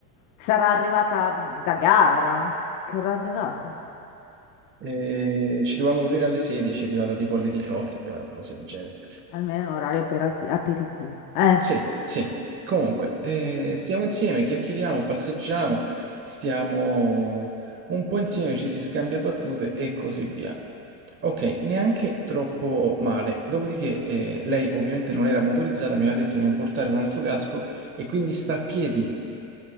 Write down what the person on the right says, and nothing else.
E ci dovevamo vedere alle 16, è arrivata tipo alle 18, era una cosa del genere.
Sì, sì. Comunque, eh, stiamo insieme, chiacchieriamo, passeggiamo, stiamo un po' insieme, ci si scambia battute e così via. Ok, neanche troppo male. Dopodiché, eh, lei ovviamente non era motorizzata, mi aveva detto di non portare un altro casco e quindi sta a piedi.